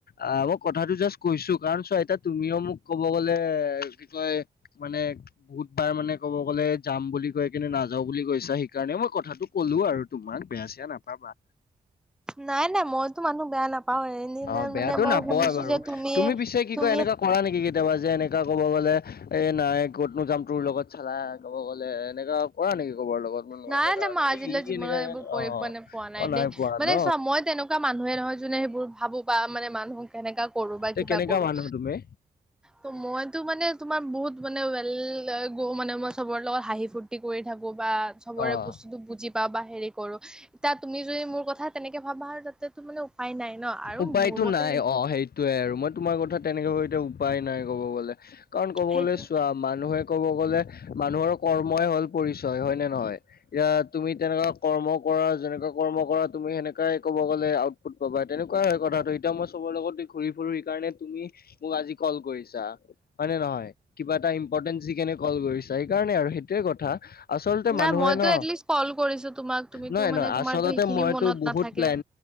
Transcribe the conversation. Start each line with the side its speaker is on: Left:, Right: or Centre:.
Left: আ- মই কথাটো জাষ্ট কৈছোঁ। কাৰণ চোৱা, এতিয়া তুমিও মোক কব গ'লে, কি কয় মানে বহুতবাৰ মানে ক'ব গলে যাম বুলি কৈ কিন্তু নাযাওঁ বুলি কৈছা সেইকাৰণে মই কথাটো ক'লো আৰু তোমাক। বেয়া-চেয়া নাপাবা।
Centre: নাই - নাই, মইতো মানুহ বেয়া নাপাওঁ। এনে - এনে
Left: অ বেয়াটো
Centre: মানে মই
Left: নাপোৱা
Centre: শুনিছোঁ
Left: বাৰু
Centre: যে তুমিয়ে
Left: তুমি পিছে কি
Centre: তুমি
Left: কয় এনেকা কৰা নেকি কেতিয়াবা যে এনেকুৱা ক'ব গ'লে, এই নাই, ক'তনো যাম তোৰ লগত চালা, ক'ব গ'লে এনেকুৱা কৰা নেকি ক'বাৰ লগত? ম
Centre: নাই
Left: এনেকা
Centre: - নাই, মই
Left: এই
Centre: আজিলৈ
Left: ই
Centre: জীৱনত
Left: এনেকা
Centre: এইবোৰ কৰি
Left: অ
Centre: পোৱা নে- পোৱা নাই
Left: অ
Centre: দেই।
Left: পোৱা
Centre: মানে
Left: ন
Centre: চোৱা, মই তেনে কুৱা মানুহে নহয়, যোনে সেইবোৰ ভাবোঁ বা মানে মানুহ তেনেকা কৰোঁ বা
Left: তে
Centre: কিবা
Left: কেনেকা
Centre: কৰোঁ।
Left: মানুহ তুমি
Centre: তো মইতো মানে তোমাৰ বহুত মানে ৱেল গ, মানে মই চবৰ লগত হাঁহি ফুুৰ্- তি কৰি থাকোঁ বা চবৰে
Left: অ
Centre: বস্তুটো বুজি বা বা হেৰি কৰোঁ। এতিয়া তুমি যদি মোৰ কথা তেনেকে ভাবা, তাতেতো মানে উপায় নাই ন আৰু
Left: উপায়তো
Centre: মোৰ মতে
Left: নাই, অ'। সেইটোৱে আৰু, মই তোমাৰ কথা তেনেকে <unintelligible> এতিয়া উপায় নাই, কব গ'লে। কাৰণ কব
Centre: সেইটোৱে
Left: গ'লে চোৱা, মানুহে কব গলে মানুহৰ কৰ্মই হ'ল পৰিচয়, হয়নে নহয়? এয়া তুমি তেনেকুৱা কৰ্ম কৰা, যেনেকুৱা কৰ্ম কৰা, তুমি সেনেকাই ক'ব গলে আউটপুট পাবা। তেনেকুৱা হয় কথাটো। এতিয়া মই চবৰ লগতে ঘূৰি ফুুৰোঁ, সেইকাৰণে তুমি মোক আজি ক'ল কৰিছা। হয়নে নহয়? কিবা এটা ইম্পৰ্টেচ ইকানে কল কৰিছা। সেইকাৰণে আৰু, সেইটোৱে কথা। আচলতে
Centre: নাই
Left: মানুহে
Centre: মইতো
Left: ন',
Centre: এটলিষ্ট কল কৰিছো তোমাক তুমিতো
Left: নহয়-নহয়,
Centre: মানে তোমাৰতো
Left: আচলতে
Centre: সেইখিনি
Left: মইতো
Centre: মনত
Left: বহুত
Centre: নাথাকে।
Left: প্লেন